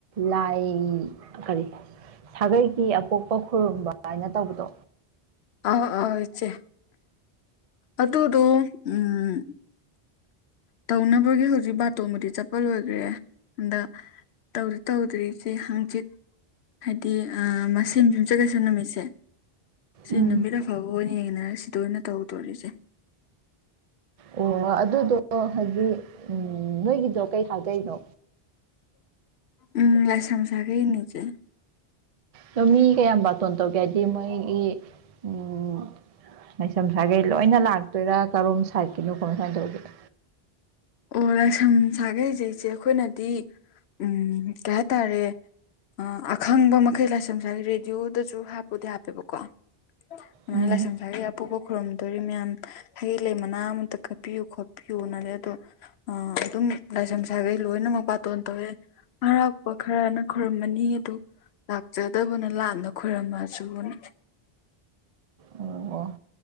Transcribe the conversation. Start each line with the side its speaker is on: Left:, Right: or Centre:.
Right: ꯂꯥꯏ ꯀꯔꯤ ꯁꯥꯒꯩꯒꯤ ꯑꯄꯣꯛꯄ ꯈꯨꯔꯨꯝꯕ ꯍꯥꯏꯅ ꯇꯧꯕꯗꯣ
Left: ꯑꯥ ꯑꯥ ꯏꯆꯦ ꯑꯗꯨꯗꯣ ꯎꯝ ꯇꯧꯅꯕꯒꯤ ꯍꯧꯖꯤꯛ ꯕꯥꯇꯣꯟꯕꯨꯗꯤ ꯆꯠꯄ ꯂꯣꯏꯒ꯭ꯔꯦ ꯑꯗꯥ ꯇꯧꯗꯤ ꯇꯧꯗ꯭ꯔꯤ ꯏꯆꯦ ꯍꯡꯆꯤꯠ ꯍꯥꯏꯗꯤ ꯑꯥ ꯃꯁꯦꯝ ꯡꯌꯨꯝꯖꯀꯩꯁꯥ ꯅꯨꯃꯤꯠꯁꯦ ꯁꯤ
Right: ꯎꯝ
Left: ꯅꯨꯃꯤꯠ ꯑꯐꯕ ꯑꯣꯏꯅ ꯌꯦꯡꯅꯔ ꯁꯤꯗ ꯑꯣꯏꯅ ꯇꯧꯗꯣꯔꯤꯁꯦ
Right: ꯑꯣ ꯑꯗꯨꯗꯣ ꯍꯥꯏꯗꯤ ꯎꯝ ꯅꯣꯏꯒꯤꯗꯣ ꯀꯩ ꯊꯥꯒꯩꯅꯣ
Left: ꯎꯝ ꯂꯥꯏꯁ꯭ꯔꯝ ꯁꯥꯒꯩꯅꯦ ꯏꯆꯦ
Right: ꯅ ꯃꯤ ꯀꯌꯥꯝ ꯕꯥꯇꯣꯟ ꯇꯧꯒꯦ ꯍꯥꯏꯗꯤ ꯃꯣꯏꯒꯤ ꯎꯝ ꯂꯥꯏꯁꯝ ꯁꯥꯒꯩ ꯂꯣꯏꯅ ꯂꯥꯛꯇꯣꯏꯔꯥ ꯀꯔꯣꯝ ꯁꯥꯏꯠꯀꯤꯅꯣ ꯀꯃꯥꯏ ꯀꯃꯥꯏ ꯇꯧꯒꯦ
Left: ꯑꯣ ꯂꯥꯏꯁꯝ ꯁꯥꯒꯩꯖꯦ ꯏꯆꯦ ꯈꯣꯏꯅꯗꯤ ꯎꯝ ꯀꯩ ꯍꯥꯏꯇꯥꯔꯦ ꯑꯥ ꯑꯈꯪꯕ ꯃꯈꯩ ꯂꯥꯏꯁꯝ ꯁꯥꯒꯩ ꯔꯦꯗꯤꯌꯣꯗꯖꯨ ꯍꯥꯞꯄꯨꯗꯤ ꯍꯥꯞꯄꯦꯕꯀꯣ <unintelligible>
Right: ꯎꯝ
Left: ꯂꯥꯏꯁꯝ ꯁꯥꯒꯩ ꯑꯄꯣꯛꯄ ꯈꯣꯔꯝꯗꯣꯔꯤ ꯃꯌꯥꯝ ꯍꯩ ꯂꯩ ꯃꯅꯥ ꯑꯃꯇ ꯀꯠꯄꯤꯌꯨ ꯈꯣꯠꯄꯤꯌꯨꯅ <unintelligible> ꯑꯥ ꯑꯗꯨꯝ ꯂꯥꯏꯁꯝ ꯁꯥꯒꯩ ꯂꯣꯏꯅꯃꯛ ꯕꯥꯇꯣꯟ ꯇꯧꯋꯦ ꯑꯔꯥꯛꯄ ꯈꯔꯅ ꯈꯨꯔꯨꯝꯃꯅꯤ ꯑꯗꯨ ꯂꯥꯛꯆꯗꯕꯅ ꯂꯥꯠꯅ ꯈꯣꯏꯔꯝꯃꯁꯨꯅ
Right: ꯑꯣ